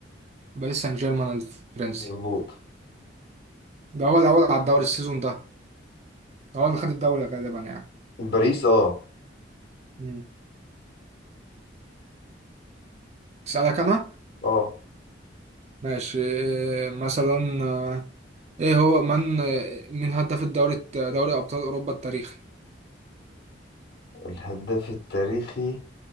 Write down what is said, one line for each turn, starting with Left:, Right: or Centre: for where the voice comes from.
Right: باريس سان جيرمان الفرنسي
Left: مظبوط
Right: ده هو الاول على الدوري السيزون ده ده هو اللي خد الدوري غالبا يعني
Left: باريس اه
Right: مم. اسالك انا
Left: اه
Right: ماشي إيه مثلا آه، ايه هو من آه، مين هداف الدوري دوري ابطال اوروبا التاريخي
Left: الهداف التاريخي